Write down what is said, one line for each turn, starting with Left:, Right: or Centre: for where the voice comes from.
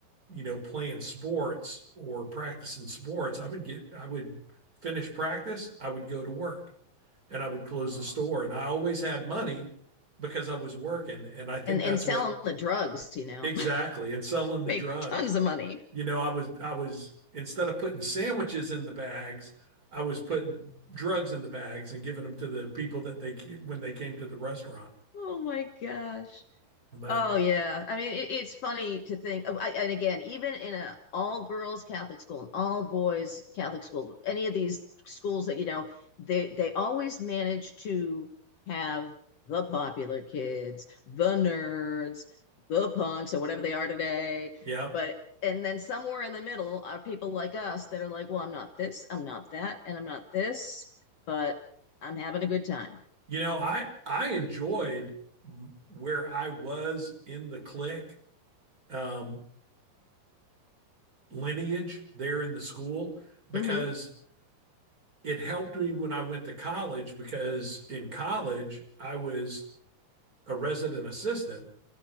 Right: you know, playing sports or practicing sports. I would get, I would finish practice, I would go to work and I would close
Left: oh.
Right: the store. And I always had money because I was working. And I think
Left: And
Right: that's
Left: and selling
Right: what
Left: the drugs, you know.
Right: exactly, and selling
Left: <laughs>
Right: the
Left: Make
Right: drugs.
Left: tons of money.
Right: You know, I was I was instead of putting sandwiches in the bags, I was putting drugs in the bags and giving them to the people that they ke- when they came to the restaurant.
Left: Oh my gosh.
Right: But
Left: Oh yeah. I mean, it, it's funny to think, oh, I, and again, even in a all girls Catholic school and all boys Catholic school, any of these schools that, you know, they they always manage to have the popular kids, the nerds, the punks, or whatever they are today.
Right: yeah,
Left: But and then somewhere in the middle are people like us that are like, well, I'm not this, I'm not that, and I'm not this, but I'm having a good time.
Right: you know, I I enjoyed where I was in the clique um, lineage there in the school because
Left: Mm-hmm.
Right: it helped me when I went to college because in college I was a resident assistant